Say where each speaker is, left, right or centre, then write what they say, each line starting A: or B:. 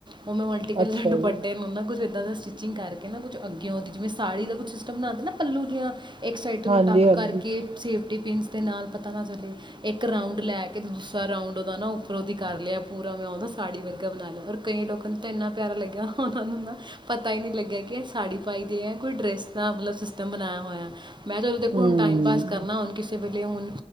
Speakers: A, on the right; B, on the right.
A: ਉਹ ਮੇ ਮਲਟੀ ਕਲਰ
B: ਅੱਛਾ
A: ਦੇ ਦੁਪੱਟੇ
B: ਜੀ
A: ਨੂੰ ਨਾ ਕੁਛ ਇੱਦਾ ਸਟਿਚਿੰਗ ਕਰਕੇ ਨਾ ਕੁਛ ਅੱਗੇਓ ਦੀ ਜਿਵੇਂ ਸਾੜੀ ਦਾ ਕੁਛ ਸਿਸਟਮ ਬਣਾਉਂਦੇ ਨਾ ਪੱਲੂ ਜਿਹਾ ਇੱਕ ਸਾਈਡ ਨੂੰ
B: ਹਾਂਜੀ-ਹਾਂਜੀ
A: ਟੱਕ ਕਰਕੇ ਸੇਫ ਪਿੰਸ ਦੇ ਨਾਲ ਪਤਾ ਨਾ ਚੱਲੇ ਇੱਕ ਰਾਊਂਡ ਲੈ ਕੇ ਦੁ ਰਾਊਂਡ ਉਹਦਾ ਨਾ ਉੱਪਰ ਉਹਦੀ ਕਰ ਲਿਆ ਪੂਰਾ ਮੈਂ ਉਹਦਾ ਸਾੜੀ ਵਰਗਾ ਬਣਾ ਲਿਆ ਔਰ ਕਈ ਲੋਕਾਂ ਨੂੰ ਤਾਂ ਇੰਨਾ ਪਿਆਰਾ ਲੱਗਿਆ ਉਹਨਾਂ ਨੂੰ ਨਾ ਪਤਾ ਹੀ ਨਹੀਂ ਲੱਗਿਆ ਕਿ ਸਾੜੀ ਪਾਈ ਦੇ ਆ ਕੋਈ ਡਰੈਸ ਦਾ ਮਤਲਬ ਸਿਸਟਮ ਬਣਾਇਆ ਹੋਇਆ ਮੈਂ ਚਲੋ ਦੇਖੋ
B: ਹੂੰ-ਹੂੰ।
A: ਹੁਣ ਟਾਈਮ ਪਾਸ ਕਰਨਾ ਹੁਣ ਕਿਸੇ ਵੇਲੇ ਹੁਣ